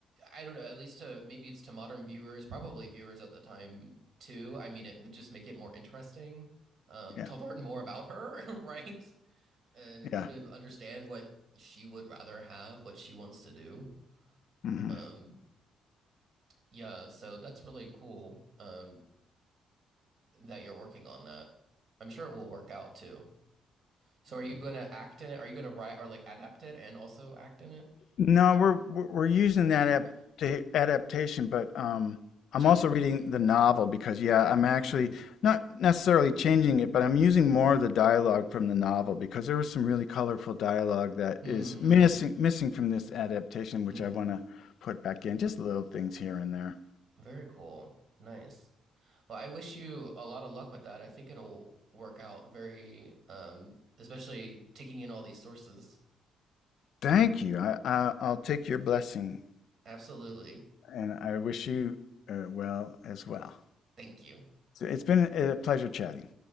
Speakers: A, on the right; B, on the left.
A: I don't know, at least to maybe it's to modern viewers, probably viewers at the time too. I mean, it would just make it more interesting um
B: Yeah,
A: to learn more about her, <laughs> right? And
B: yeah.
A: kind of understand what she would rather have, what she wants to do.
B: hmm
A: Um, Yeah, so that's really cool um that you're working on that. I'm sure it will work out too. So are you going to act in it? Are you going to write or like adapt it and also act in it?
B: No, we're we're we're using that
A: Or you're
B: adapta adaptation, but um, I'm
A: changing
B: also reading
A: it.
B: the novel because yeah, I'm actually
A: Mhm.
B: not necessarily changing it, but I'm using more of the dialogue from the novel because there was some really colorful dialogue that
A: Mm-hmm.
B: is missing missing from this adaptation, which
A: Mm,
B: I want to put back in, just little things here and there.
A: very cool. Nice. Well, I wish you a lot of luck with that. I think it'll work out very um especially taking in all these sources.
B: Thank you. I, I I'll take your blessing,
A: Absolutely.
B: and I wish you uh, well as well.
A: Thank you.
B: So it's been a pleasure chatting.